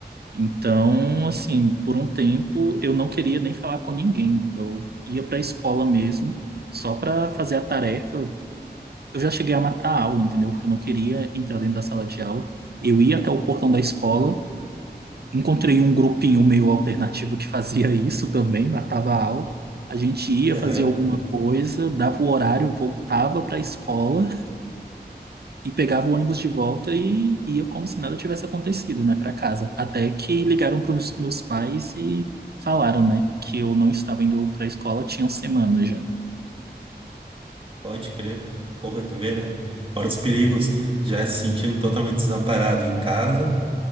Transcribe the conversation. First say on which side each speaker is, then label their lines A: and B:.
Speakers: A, on the right; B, on the right.
A: Então, assim, por um tempo eu não queria nem falar com ninguém. Eu ia para a escola mesmo só para fazer a tarefa eu já cheguei a matar a aula, entendeu? Porque eu não queria entrar dentro da sala de aula. Eu ia até o portão da escola, encontrei um grupinho meio alternativo que fazia <laughs> isso também, matava a aula. A gente ia
B: Aham.
A: fazer alguma coisa, dava o horário, voltava para a escola e pegava o ônibus de volta e ia como se nada tivesse acontecido, né, para casa. Até que ligaram para os meus pais e falaram, né, que eu não estava indo para a escola, tinham semanas já.
B: Pode crer. Porra, tu vê, né? Fora dos perigos, já se sentindo totalmente desamparado em casa,